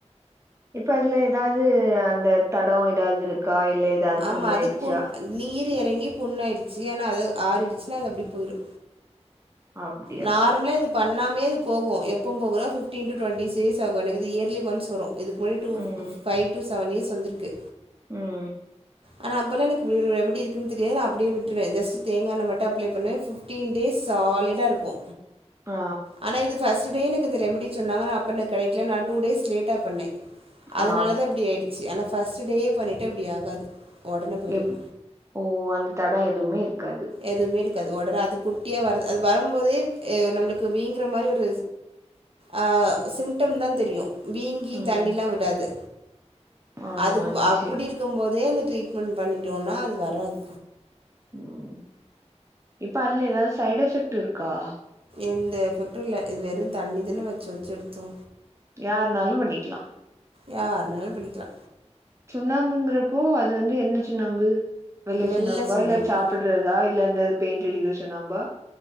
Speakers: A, on the right (about 25°); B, on the right (about 50°).
A: இப்ப அதுல எதாவ்து அந்த தடோ எதாவது இருக்கா இல்ல ஏதாவது
B: ஆமா
A: புண்ணாயிடுச்சா
B: அது புண் நீர் எறங்கி புண்ணாயிடுச்சு ஆனா அது ஆறிடுச்சுனா அது அப்டியே போயிடு
A: அப்டியா
B: நார்மலா இதுக் பண்ணாமே அது போகு எப்போ போகுனா ஃபிப்டீ டூ டுவென்டி சீஸ் ஆக எனக்கு இயர்லி ஒன்ஸ் வரு இதுக்கு முன்னடி டூ
A: ம்
B: ஃபைவ் டூ செவன் இயர்ஸ் வந்திருக்கு
A: ம்
B: ஆனா அப்பொல்லா எனக்கு இப்பிடி ஒரு ரெமடி இருக்கு தெரியாது அப்டியே விட்டுவே ஜஸ்ட் தேங்காய் எண்ண மட்டு அப்ளே பண்ணுவ ஃபிப் ஃபிப்டீன் டேஸ் சாலிட்டா இருக்கு
A: ஆ
B: ஆனா இது ஃபஸ்ட டே எனக்கு இந்த ரெமடி சொன்னாங்க நா அப்ப எனக்கு கெடைக்கல நா டூ டேஸ் லேட்டா பண்ணே அதுனால
A: ஆ
B: தா இப்பிடி ஆயிடுச்சு ஆனா ஃபஸ்டு டேயே பண்ணிட்டா இப்டி ஆகாது உடனே போயிடும்
A: எப் ஓ அந்த தடோ எதுவுமே இருக்காது
B: எதுவுமே இருக்காது ஒடனே அது குட்டியா வர்து அது வரும்போதே நம்மளுக்கு வீங்குற மாரி ஒரு ஆ சிம்டம் தா தெரியு வீங்கி
A: ம்
B: தண்ணில்லா விடாது
A: ஆ
B: அதுக்கு அப்பிடி
A: சேரி
B: இருக்கும்போதே அந்த ட்ரீட்மெண்ட் பண்ணிட்டோன்னா அது வராது
A: ம் இப்ப அதுல எதாவது சைடு் எஃபெக்ட் இருக்கா
B: எந்த எஃப்பெக்ட்டு இல்ல இது வெறு தண்ணி இதுல்லா வெச்சு வெச்சு எடுத்தோ
A: யாருனாலு பண்ணிக்கலா
B: யாருனாலு பண்ணிக்கலா
A: சுண்ணாம்புங்கிறப்போ அது வந்து என்ன சுண்ணாம்பு வெள்ள
B: வெள்ளை
A: சுண்ணாம்பா
B: சுண்ணாம்பு
A: இல்ல சாப்பிடுறதா இல்ல இந்த பெயிண்ட் அடிக்கிற சுண்ணாம்பா